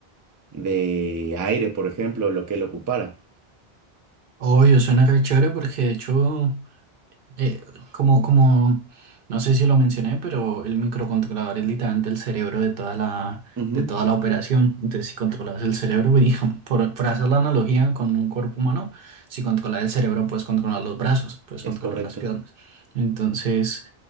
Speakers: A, on the right (about 30°); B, on the right (about 60°).
A: de aire, por ejemplo, lo que él ocupara.
B: Obvio, suena re chévere porque de hecho Eh, como, como, no sé si lo mencioné, pero el microcontrolador es literalmente el cerebro de toda la,
A: Ujú,
B: de toda la operación. Entonces, si controlas el cerebro, pues, <laughs> por, por hacer la analogía con un cuerpo humano, si controlas el cerebro, puedes controlar los brazos, puedes
A: es
B: controlar
A: correcto.
B: las piernas. Entonces,